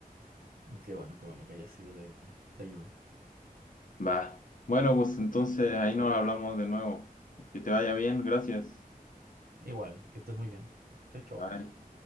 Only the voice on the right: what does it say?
Qué bueno, qué bueno que haya sido de, de ayuda.
Igual, que estés muy bien. Chao, chao.